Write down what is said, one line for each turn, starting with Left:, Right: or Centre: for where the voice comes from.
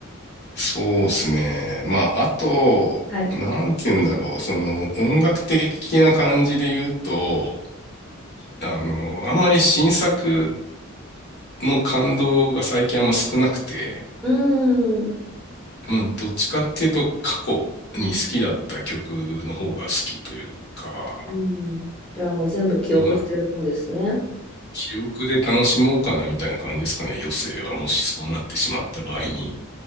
Left: そうですね。まあ、あと、
Centre: はい。
Left: なんて言うんだろう。その、音楽的な感じで言うと、あの、あんまり新作の感動が最近あんま少なくて、
Centre: うん。
Left: もうどっちかっていうと過去に好きだった曲の方が好きというか、
Centre: うん。じゃあもう全部記憶してるものですね。
Left: まあ、記憶で楽しもうかなみたいな感じですかね。余生はもしそうなってしまった場合に。